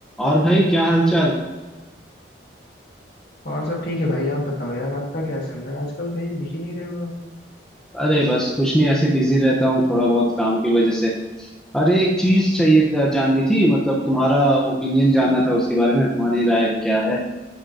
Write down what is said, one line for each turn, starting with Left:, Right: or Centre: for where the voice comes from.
Centre: और भाई क्या हालचाल
Left: और सब ठीक है भाई आप बताओ यार आपका क्या चल रहा है आजकल कहीं दिख ही नहीं रहे हो आप
Centre: अरे बस कुछ नहीं ऐसे बिजी रहता हूँ थोड़ा बहुत काम की वजह से अरे एक चीज चाहिए अ, जाननी थी मतलब तुम्हारा ओपिनियन जानना था उसके बारे में तुम्हारी राय क्या है